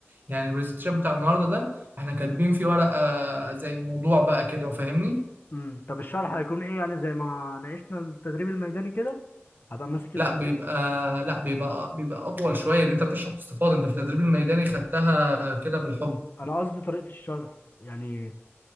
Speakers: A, on the right; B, on the left.
A: يعني البرزنتيشن بتاع النهارده ده احنا كاتبين فيه ورقه زي موضوع بقى كده وفاهمني
B: امم طب الشرح هيكون ايه يعني زي ما ناقشنا التدريب الميداني كده هبقى ماسك البروجكت
A: لا بيبقى لا بيبقى بيبقى اطول شويه ان انت بتشرح باستفاضه انت في التدريب الميداني خدتها كده بالحب
B: انا قصدي طريقه الشرح يعني